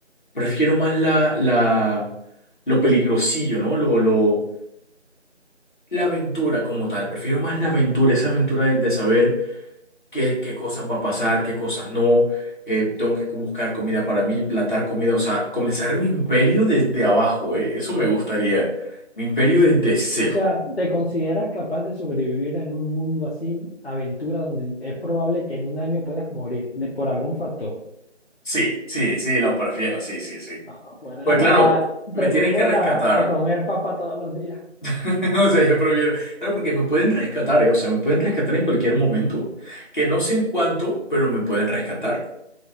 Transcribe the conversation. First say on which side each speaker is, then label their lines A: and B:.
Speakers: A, on the left; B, on the left.
A: prefiero más la, la, lo peligrosillo, ¿no? Lo, lo, la aventura como tal. Prefiero más la aventura, esa aventura de, de saber qué, qué cosas va a pasar, qué cosas no. eh, tengo que buscar comida para mí, plantar comida, o sea, comenzar mi imperio desde abajo, eh, Eso me gustaría. Mi imperio desde cero.
B: O sea, ¿te consideras capaz de sobrevivir en un mundo así, aventura, donde es probable que en un año puedas morir de, por algún factor?
A: Sí, sí, sí, lo prefiero, sí, sí, sí.
B: Ah, bueno,
A: Pues
B: <laughs> ah,
A: claro, me
B: prefiero
A: tienen que rescatar.
B: a, a comer papa todos los días.
A: <laughs> O sea, yo prefiero. Claro, porque me pueden rescatar, eh, O sea, me pueden rescatar en cualquier momento. Que no sé en cuánto, pero me pueden rescatar.